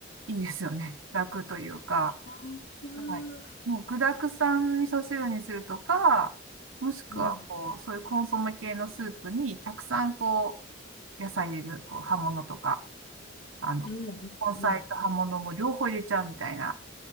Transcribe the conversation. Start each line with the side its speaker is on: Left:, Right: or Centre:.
Right: いいですよね。<laughs> 楽というか、
Left: ああ。
Right: はい。もう具沢山味噌汁にするとか、もしくは、
Left: うん。
Right: こう、そういうコンソメ系のスープにたくさん、こう、野菜入れる、こう、葉物とか、あの、
Left: うん。
Right: 根菜と葉物も両方入れちゃうみたいな。
Left: うん。